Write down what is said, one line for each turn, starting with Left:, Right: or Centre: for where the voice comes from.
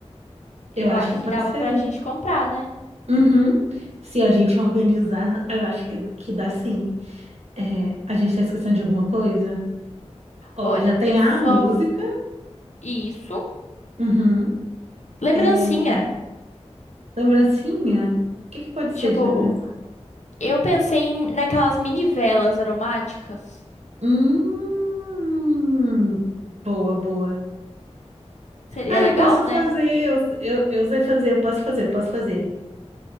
Left: Eu
Right: Eu acho
Left: acho
Right: que pode
Left: que dava
Right: ser.
Left: pra gente comprar, né?
Right: Uhum. Se a gente organizar, eu acho que, que dá sim. É, a gente tá esquecendo de alguma coisa? Ó,
Left: Olha,
Right: já tem
Left: eu
Right: a
Left: só.
Right: música.
Left: Isso.
Right: Uhum.
Left: Lembrancinha.
Right: É, lembrancinha? O que que pode ser
Left: Tipo,
Right: de lembrancinha?
Left: eu pensei em- naquelas mini velas aromáticas.
Right: Hum, boa, boa.
Left: Seria
Right: Ah, eu
Left: legal,
Right: posso fazer,
Left: né?
Right: eu, eu, eu sei fazer, eu posso fazer, eu posso fazer.